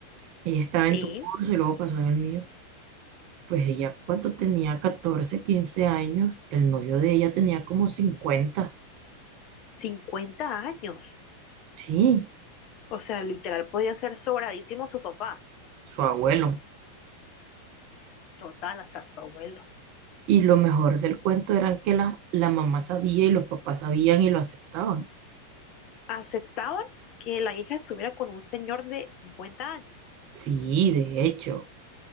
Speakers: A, on the right; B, on the left.
A: ella estaba
B: sí,
A: en tu curso y luego pasó en el mío. Pues ella cuando tenía 14 15 años, el novio de ella tenía como cincuenta
B: cincuenta años.
A: sí,
B: O sea, literal podía ser sobradísimo su papá,
A: su abuelo.
B: total, hasta su abuelo.
A: Y lo mejor del cuento era que la, la mamá sabía y los papás sabían y lo aceptaban.
B: Aceptaban que la hija estuviera con un señor de 50 años.
A: Sí, de hecho,